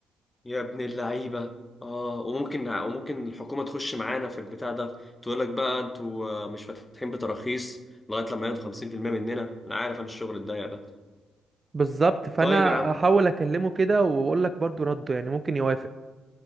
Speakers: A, on the left; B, on the right.
A: يا ابن اللعيبه اه وممكن وممكن الحكومه تخش معانا في البتاع ده تقول لك بقى انتوا آه، مش فاتحين بتراخيص لغايه لما ياخدوا 50% مننا انا عارف انا الشغل الضيق ده
B: بالظبط فانا
A: طيب يا عم
B: احاول اكلمه كده واقول لك برضو رده يعني ممكن يوافق